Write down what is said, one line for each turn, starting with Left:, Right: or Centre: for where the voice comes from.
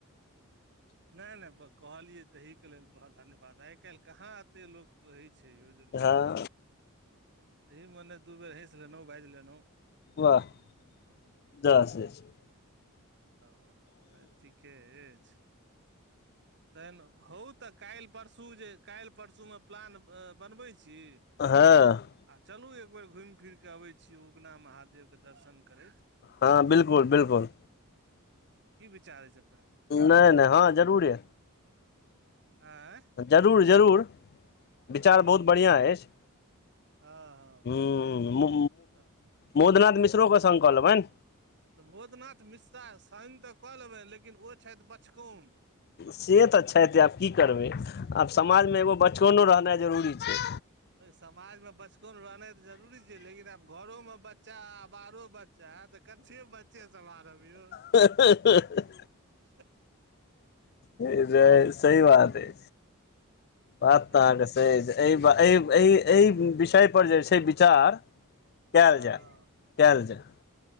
Right: नहि नहि कहलियै ताहिके लेल बहुत धन्यवाद आइ काल्हि कहाँ अते लोक वही छै यौ जे लोक
Left: हँ
Right: सब एहि मने दू बेर हँसि लेलहुँ बाजि लेलहुँ
Left: वाह <unintelligible> दस छै
Right: ओ नहि ठीके अछि तहन हउ तऽ काल्हि परसू जे काल्हि परसूमे प्लान बनबै छी
Left: हँ
Right: आ चलू एक बेर घुमि फिरि कऽ अबै छी उगना महादेवके दर्शन करैत
Left: हँ बिल्कुल बिल्कुल
Right: की विचार अछि अप
Left: नहि नहि हँ जरूरे
Right: आँय
Left: जरूर जरूर विचार
Right: हँ
Left: बहुत बढ़ियाँ अछि
Right: हँ हँ
Left: हूंम्म
Right: तऽ
Left: मोदनाथ मिश्रोके संग क लेबनि
Right: तऽ बोदनाथ मिश्रा संग तऽ कऽ लेबनि लेकिन ओ छथि बचकौन
Left: से तऽ छथि जे आब की करबै आब समाज मे एगो बचकौनो रहनाइ जरूरी छै
Right: समाज मे बचपन रहनाइ तऽ जरूरी छै लेकिन आब घरो मे बच्चा आब बाहारो बच्चा तऽ कत्ते बच्चे समारब यौ
Left: <inaudible>
Right: से
Left: त सही बात अइ बात
Right: हँ
Left: तऽ अहाँके सही एहि ब एहि एहि एहि विषयपर जे छै विचार कएल
Right: हँ
Left: जाय कएल जाय